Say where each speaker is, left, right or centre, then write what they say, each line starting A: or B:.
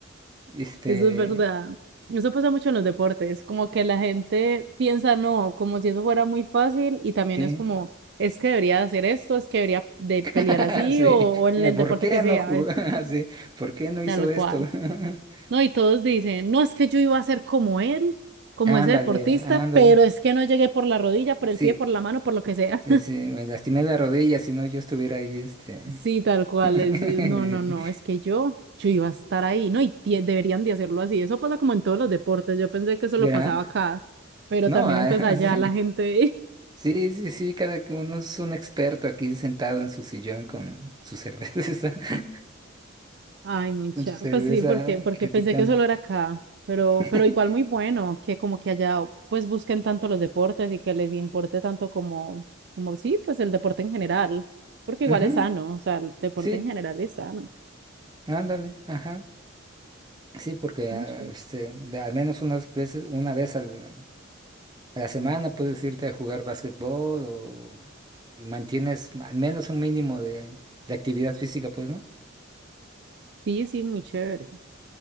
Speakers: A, on the right; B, on the right.
A: Este,
B: Eso es verdad. Eso pasa mucho en los deportes, como que la gente piensa no, como si eso fuera muy fácil y también
A: sí,
B: es como, es que debería hacer esto, es que debería de
A: <laughs>
B: pelear así
A: sí.
B: o, o en
A: Eh,
B: el
A: ¿Por
B: deporte
A: qué
B: que
A: no
B: sea,
A: jugó?
B: eh,
A: <laughs> Sí, ¿por qué no hizo
B: tal
A: esto?
B: cual.
A: <laughs>
B: No, y todos dicen, no, es que yo iba a ser como él, como
A: Ándale,
B: ese deportista,
A: ándale.
B: pero es que no llegué por la rodilla, por
A: Sí,
B: el pie, por la mano, por lo que sea.
A: sí, sí, me lastimé la rodilla, si no yo estuviera ahí, este.
B: Sí, tal cual.
A: <laughs>
B: Es, eh, no, no, no, es que yo, yo iba a estar ahí, ¿no? Y tie- deberían de hacerlo así. Eso pasa como en todos los deportes. Yo pensé que eso
A: ¿Verdad?
B: lo pasaba acá, pero
A: No,
B: también
A: ah,
B: entonces allá
A: <laughs> sí.
B: la gente,
A: Sí, sí, sí, cada uno es un experto aquí sentado en su sillón con su cerveza, <laughs>
B: <laughs> ay, muy
A: con
B: charro.
A: su cerveza
B: Pues sí, porque, porque
A: criticando.
B: pensé que solo era acá, pero,
A: <laughs>
B: pero igual muy bueno que como que allá pues busquen tanto los deportes y que les importe tanto como, como sí, pues el deporte en general, porque
A: Ujú,
B: igual es sano, o sea, el deporte
A: Sí,
B: en general es sano.
A: ándale, ajá. Sí, porque
B: Mucho.
A: ah, este, de- al menos unas veces, una vez al- a la semana puedes irte a jugar básquetbol o y mantienes al menos un mínimo de, de actividad física, pues, ¿no?
B: Sí, sí, muy chévere.